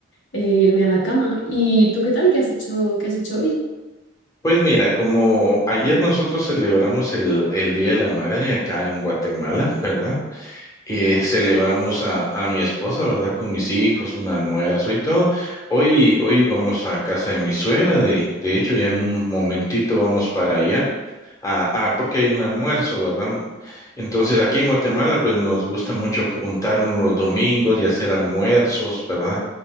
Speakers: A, on the left; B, on the left.
A: e irme a la cama. ¿Y tú qué tal? ¿Qué has hecho, qué has hecho
B: Pues mira, como ayer nosotros celebramos el, el Día de la Madre acá en Guatemala, ¿verdad? Eh, celebramos a, a mi esposa, ¿verdad? Con mis hijos, un almuerzo y todo. Hoy, hoy vamos a casa de mi suegra, de, de hecho ya en un momentito vamos para allá. Ah, ah, porque hay un almuerzo, ¿verdad? Entonces, aquí en Guatemala, pues nos gusta mucho juntarnos los domingos y hacer almuerzos, ¿verdad?